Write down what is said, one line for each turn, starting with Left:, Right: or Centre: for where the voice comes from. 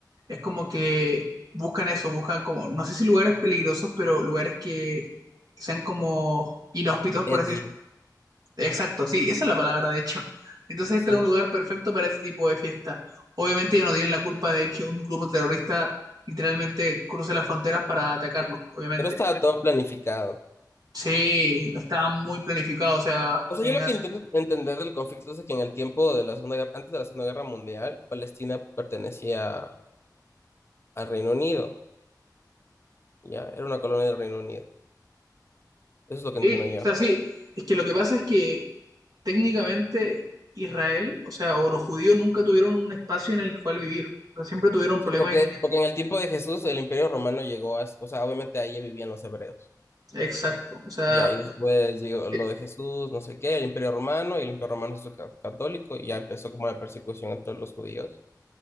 Right: es como que buscan eso, buscan como, no sé si lugares peligrosos, pero lugares que sean como inhóspitos,
Left: Edgy,
Right: por así decirlo Exacto, sí, esa es la palabra, de hecho. Entonces,
Left: sí.
Right: este era un lugar perfecto para ese tipo de fiesta. Obviamente, ellos no tienen la culpa de que un grupo terrorista literalmente cruce las fronteras para atacarlos, obviamente.
Left: Pero estaba todo planificado.
Right: Sí, estaba muy planificado, o sea,
Left: O
Right: tenían...
Left: sea, yo lo que intento entender del conflicto es de que en el tiempo de la Segunda Guerra, antes de la Segunda Guerra Mundial, Palestina pertenecía al Reino Unido, ya, era una colonia del Reino Unido. Eso es lo que
Right: Sí,
Left: entiendo yo.
Right: o sea, sí, es que lo que pasa es que técnicamente Israel, o sea, o los judíos nunca tuvieron un espacio en el cual vivir. O sea, siempre tuvieron
Left: Sí,
Right: problemas
Left: porque,
Right: y tenían...
Left: porque en el tiempo de Jesús el Imperio Romano llegó a, o sea, obviamente ahí ya vivían los hebreos.
Right: Exacto, o sea,
Left: Ya, y después llegó
Right: eh,
Left: lo de Jesús, no sé qué, el Imperio Romano, y el Imperio Romano se hizo ca- católico, y ya empezó como la persecución entre los judíos.